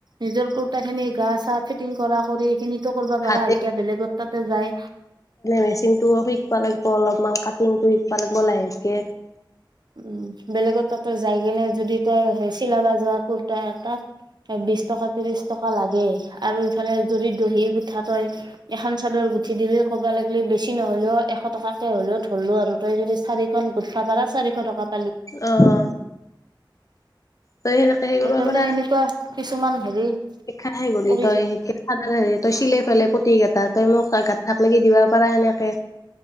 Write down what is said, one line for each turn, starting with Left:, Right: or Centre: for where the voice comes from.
Right: নিজৰ খিনি গা চা ফিটিং কৰা কৰি এই খিনি কৰিবা
Left: হাতে
Right: পাৰা এতিয়া বেলেগত তাতে যায়।
Left: মেচিনটো শিকবা লাগিব অলপমান কাটিংটো সফালিব লাহেকে
Right: উম বেলেগ ত তই যাই কেনে যদি তই চিলাবা যোৱা কুুৰ্তা এ তটা বিশ টকা ত্ৰিশ টকা লাগে আৰু ইফালে যদি দহি পিঠা তই এখন চাদৰ গুঠি দিলে ক'বা লাগিলে বেছি নহলেও এশ টকাকে হ'লেও ধলো আৰু তই যদি চাৰিখন গুঠা পাৰা চাৰিখন টকা।
Left: আহ তই সেনেকে সেই কৰিব
Right: সেইকাৰণে
Left: পৰা
Right: এনেকুৱা কিছুমান হেৰি
Left: শাে গলি
Right: কৰি
Left: তই তই চিলাই ফলে প্ৰতিক কেইটাত। তই মোক গাত থাক লকি দিবা পাৰা সেনেকে।